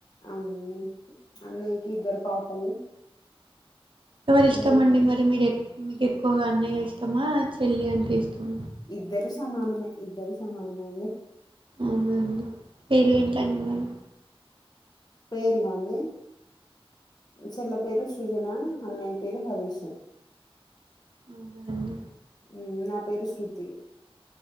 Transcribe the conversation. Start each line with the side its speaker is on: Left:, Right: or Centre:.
Left: అవునండి అన్నయ్యకి ఇద్దరు పాపలు
Right: ఎవరి
Left: అన్నయ్యకి
Right: ఇష్టం అండి మరి మీరు ఎ మీకు ఎక్కువగా అన్నయ్య ఇస్టమా చెల్లి అంట ఇస్తం
Left: ఇద్దరు సమానమే ఇద్దరు సమానమే అండి.
Right: అవునండి పేర్లుంటండి మేము
Left: పేర్లు అండి చెల్ల పేరు సృజన అన్నయ్య పేరు హరీష్
Right: అవున అండి
Left: ఉమ్ నా పేరు శృతి